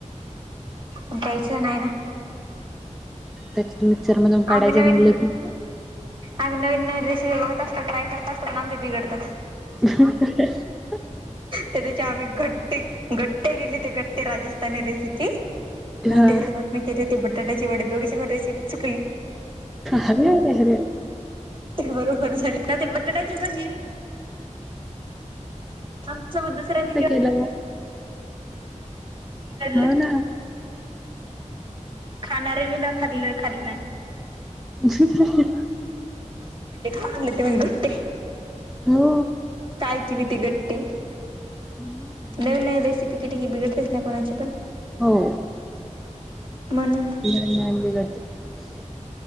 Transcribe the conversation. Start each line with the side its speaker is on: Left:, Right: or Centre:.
Right: द्यायचं नाय ना
Centre: तेच की मिक्सर मधून काढायच
Right: आम्ही नवीन
Centre: म्हणलं की,
Right: आम्ही नवीन नवीन रेसिपी बघत असतो. ट्राय करत असतो. पण आमच्या बिघडतात.
Centre: <unintelligible>
Right: त्या दिवशी आम्ही घट्टे घट्टे गेले ते गट्टे राजस्थानी रेसिपी त्याच्यासोबत
Centre: हा
Right: मी केले होते बटाट्याची वडी दोघे मची चुकली
Centre: हरेर हरेर
Right: ते बरोबर झाले का ते बटाट्याची भाजी आमं बद्ध
Centre: केला
Right: डलं
Centre: हो ना
Right: खाान र बी न खा खाली ना
Centre: ह
Right: म्हणजे खागले ते म्हण गुट्टे
Centre: हो
Right: काय केले ते गट्टे
Centre: हम्म
Right: नवीन नवीन रेसिपी केली की पण बिघडतेच ना सगळ्यांची
Centre: हो
Right: म्हणून
Centre: नवीन नवीन बिघडतात